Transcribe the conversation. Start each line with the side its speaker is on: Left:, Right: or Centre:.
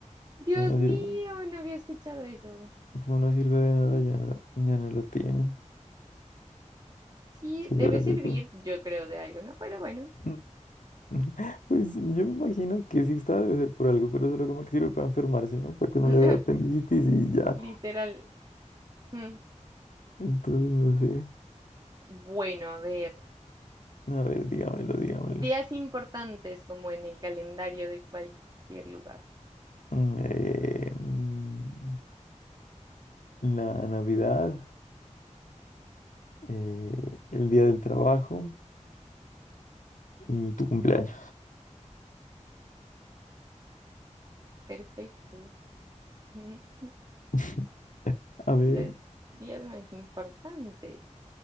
Right: Dios
Left: Como no
Right: mío,
Left: sirve,
Right: no había escuchado eso.
Left: como no sirve de nada, ya, no- ya no lo tienen.
Right: Sí,
Left: Figúrate
Right: debe servir,
Left: tú.
Right: yo creo, de algo, ¿no? Pero bueno,
Left: <laughs> Pues yo me imagino que sí está, debe ser por algo, pero solo como que sirve para enfermarse, ¿no? Para que no
Right: <laughs>
Left: le dé apendicitis y ya.
Right: literal. Mm.
Left: Entonces no sé.
Right: Bueno, a ver,
Left: A ver, dígamelo, dígamelo.
Right: días importantes como en el calendario de cualquier lugar.
Left: Mm, eh, mm, la Navidad, eh, el Día del Trabajo y tu cumpleaños.
Right: Perfecto. <laughs>
Left: <laughs> A ver.
Right: Los días más importantes.